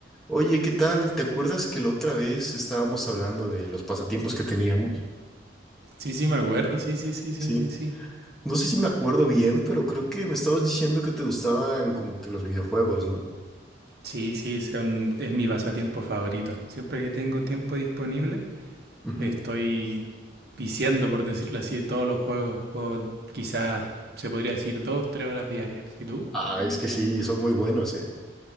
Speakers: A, in the centre; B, on the right.
A: Oye, ¿qué tal? ¿Te acuerdas que la otra vez estábamos hablando de los pasatiempos que teníamos?
B: Sí, sí, me acuerdo, sí, sí, sí, sí,
A: Sí.
B: sí, sí.
A: No sé si me acuerdo bien, pero creo que me estabas diciendo que te gustaban como que los videojuegos, ¿no?
B: Sí, sí, son- es mi pasatiempo favorito. Siempre que tengo tiempo disponible,
A: Ujú.
B: estoy viciando, por decirlo así, todos los juegos. Juego quizás, se podría decir, dos, tres horas diarias. ¿Y tú?
A: Ah, es que sí, son muy buenos, ¿eh?